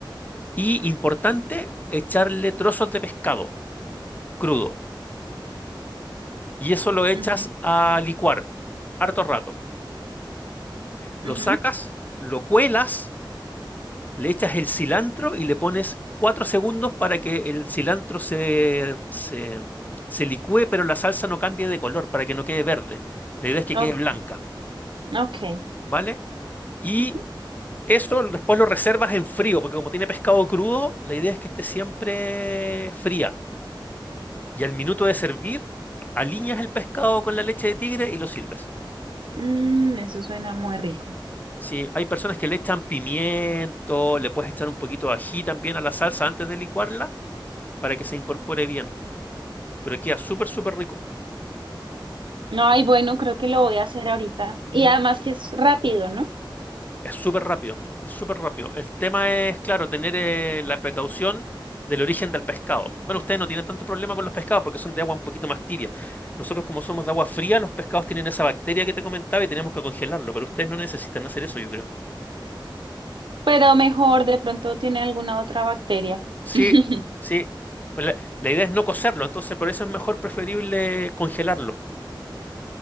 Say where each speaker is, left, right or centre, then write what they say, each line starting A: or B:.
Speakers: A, on the left; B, on the right.
A: Y importante, echarle trozos de pescado crudo. Y eso lo echas
B: ujú,
A: a licuar, harto rato. Lo
B: ujú.
A: sacas, lo cuelas, le echas el cilantro y le pones 4 segundos para que el cilantro se, se, se licúe, pero la salsa no cambie de color, para que no quede verde. La idea es que
B: Ok,
A: quede blanca.
B: ok.
A: ¿vale? Y
B: Ujú.
A: eso después lo reservas en frío, porque como tiene pescado crudo, la idea es que esté siempre fría. Y al minuto de servir, aliñas el pescado con la leche de tigre y lo sirves.
B: Mm, eso suena muy rico.
A: Sí, hay personas que le echan pimiento, le puedes echar un poquito de ají también a la salsa antes de licuarla para que se incorpore bien. Pero queda súper, súper rico.
B: No, ay, bueno, creo que lo voy a hacer ahorita. Y
A: Mm.
B: además que es rápido, ¿no?
A: Es súper rápido, es súper rápido. El tema es, claro, tener eh, la precaución del origen del pescado. Bueno, ustedes no tienen tanto problema con los pescados porque son de agua un poquito más tibia. Nosotros, como somos de agua fría, los pescados tienen esa bacteria que te comentaba y tenemos que congelarlo, pero ustedes no necesitan hacer eso, yo creo.
B: Pero mejor, de pronto tiene alguna otra bacteria.
A: Sí,
B: <laughs>
A: sí. Pues la, la idea es no cocerlo, entonces por eso es mejor preferible congelarlo.